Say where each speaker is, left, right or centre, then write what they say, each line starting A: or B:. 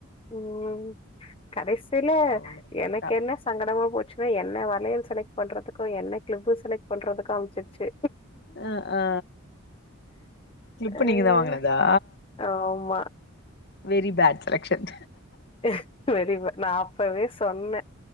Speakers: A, on the left; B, on the left.
A: ம் கடைசில
B: அவ்ளோ எஃபர்ட்டா
A: எனக்கு என்ன சங்கடமா போச்சு ஆ என்ன வளையல்ஸ் செலக்ட் பண்றதுக்கு என்ன க்ளிப்பு செலக்ட் பண்றது காமிச்சிருச்சு
B: அ ஆ கிளிப்பு
A: அஹ்
B: நீங்க தா வாங்குனதா
A: ஆமா
B: வெரி பேட் செலெக்ஷன்
A: <unintelligible> நான் அப்பவே சொன்னே